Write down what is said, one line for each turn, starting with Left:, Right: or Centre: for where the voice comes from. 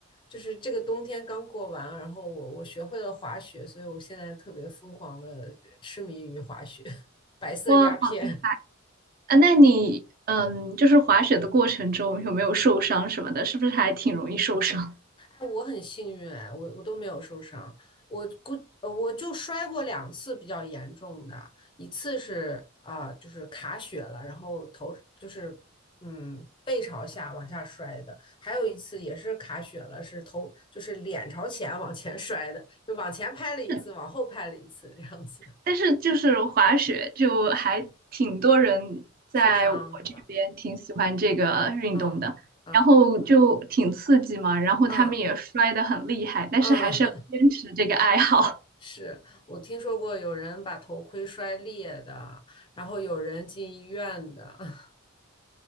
Left: 就是这个冬天刚过完，然后我我学会了滑雪，所以我现在特别疯狂的痴迷于滑雪，<laughs> 白色鸦片。
Right: 哇，好厉害！啊，那你嗯，就是滑雪的过程中有没有受伤什么的？是不是还挺容易受伤？
Left: 哎，我很幸运哎，我我都没有受伤，我估呃我就摔过两次比较严重的，一次是啊、就是卡血了，然后头就是嗯背朝下往下摔的，还有一次也是卡血了，是头就是脸朝前往前摔的，就往前拍了一次，
Right: 是。
Left: 往后拍了一次，这样子
Right: 但是就是滑雪，就还挺多人在我这边挺喜欢这个运动的，
Left: 受伤是吧？嗯嗯
Right: 然后就挺刺激嘛，然后他们也摔得很厉害，
Left: 嗯
Right: 但是还是要坚持这个爱好。
Left: 嗯，是我听说过有人把头盔摔裂的，然后有人进医院的，<laughs>